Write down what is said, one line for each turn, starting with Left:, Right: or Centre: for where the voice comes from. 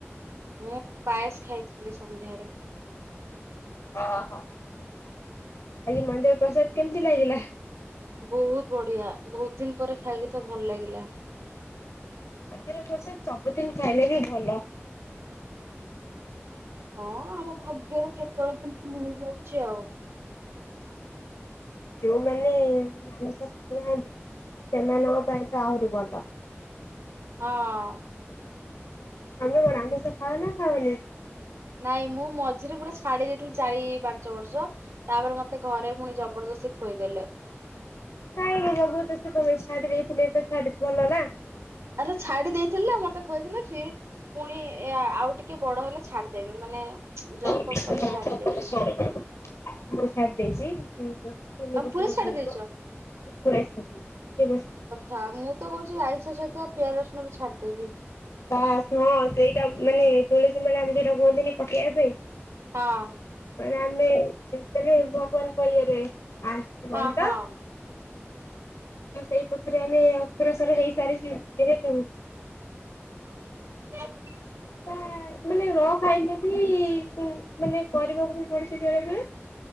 Right: ମୁଁ ପାଏସ ଖାଇଥିଲି ସନ୍ଧ୍ୟାଏଳେ।
Left: ଅ ହ ଆଜି ମନ୍ଦିର ପ୍ରସାଦ କେମିତି ଲାଗିଲା?
Right: ବହୁତ ବଢିଆ ବହୁତ ଦିନ ପରେ ଖାଇଲି ତ ଭଲ ଲାଗିଲା।
Left: ମନ୍ଦିର ପ୍ରସାଦ ସବୁଦିନ ଖାଇଲେ ବି ଭଲ।
Right: ହଁ ଆମ ଭାଗ୍ୟରେ କେତେବେଳେ କେମିତି ମିଳିଯାଉଚି ଆଉ।
Left: ଯୋଉମାନେ ଆମିଷ ଖଉନାହାନ୍ତି ସେମାନଙ୍କ ପାଇଁ ତ ଆହୁରି ଭଲ।
Right: ହଁ।
Left: ତମେ କଣ ଆମିଷ ଖାଅ ନା ଖାଅନି?
Right: ନାଇଁ ମୁଁ ମଝିରେ ପୁରା ଛାଡି ଦେଇେଇଥିଲି ଚାରି ପାଞ୍ଚ ବର୍ଷ। ତାପରେ ମତେ ଘରେ ପୁଣି ଜବରଦସ୍ତି ଖୋଇଦେଲେ।
Left: କାଇହିଁକି ଜବରଦସ୍ତ କାଲେ ଛାଡି ଦେଇଥିଲେ ତ ଛାଡି ଭଲ ନା।
Right: ଆରେ ଛାଡି ଦେଇଥିଲେ ନା ମତେ ଖୋଇଦେଲେ ଫିର ପୁଣି ଏ ଆଉ ଟିକେ ବଡ ହେଲେ ଛାଡିଦେବି ମାନେ ଜବ୍
Left: ମୁଁ
Right: ଫବ୍ କଲେ ଛାଡିଦେବି।
Left: ଛାଡ଼ି ଦେଇଚି <unintelligible> ତିନି ବର୍ଷ ଖଣ୍ଡେ
Right: ତମେ
Left: ହେଇଯିବ
Right: ପୁରା ଛାଡି ଦେଇଚ?
Left: ମୁଁ ପୁରା ଛାଡିଦେଇଚି <unintelligible>
Right: ଥା ମୁଁ ତ କହୁଚି ଆଇଁଷ ସହିତ ପିଆଜ ରସୁଣ ବି ଛାଡିଦେବି।
Left: ବାସ୍ ହଁ ସେଇଟା ମାନେ ତୁଳସୀ ମାଳା ଆମେ ଯୋଉଟା କୁହନ୍ତିନି ପକେଇବା ପାଇଁ
Right: ହଁ।
Left: ଟା ପରେ ଆମେ <unintelligible> ଭବାନଙ୍କ ଇଏରେ ଆ କଣ
Right: ହଁ
Left: ତ
Right: ହଁ
Left: ସେଇ ପଥରେ ଆମେ ଅଗ୍ରସର ହେଇ ସାରିଚୁ ଯେହେତୁ
Right: <inaudible>
Left: ସେଟା ମାନେ ନ ଖାଇଲେ ବି ମାନେ କରିବାକୁ ପଡୁଚି ବେଳେ ବେଳେ